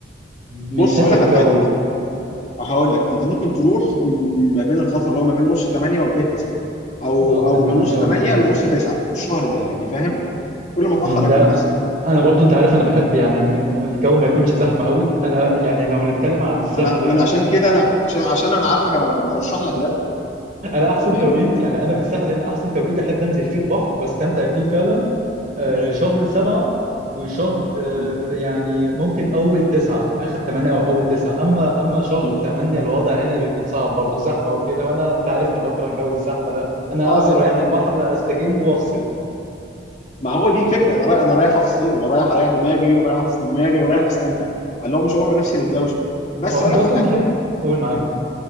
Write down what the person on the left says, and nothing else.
بص
هقول لك
على حاجه هقول لك انت ممكن تروح ما بين الفتره اللي هو ما بين نص 8 وبدايه 9 او
او
من نص
8
لنص 9 الشهر ده يعني فاهم كل ما اتاخر
يكون احسن
انا من
عشان كده انا عشان عشان انا عارفك انا برشح لك ده
مم.
يعني
مم.
مم.
مم.
اه
يعني
ما هو دي الفكره انا رايح انا رايح افصل ورايح اريح دماغي ورايح افصل دماغي ورايح استمتع فاللي هو مش هروح بنفسي للدوشه بس
اقول
لك
على حاجه